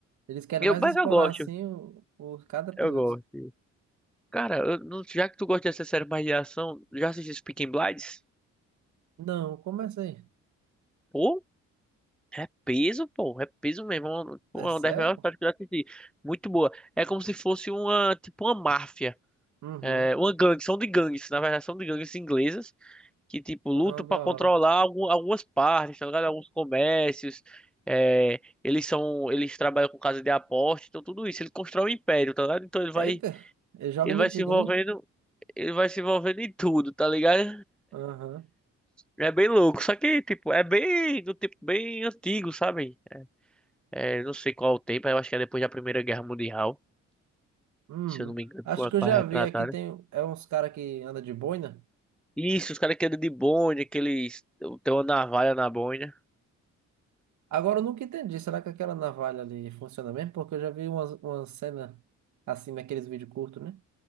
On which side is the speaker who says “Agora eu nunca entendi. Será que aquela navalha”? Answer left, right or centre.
Right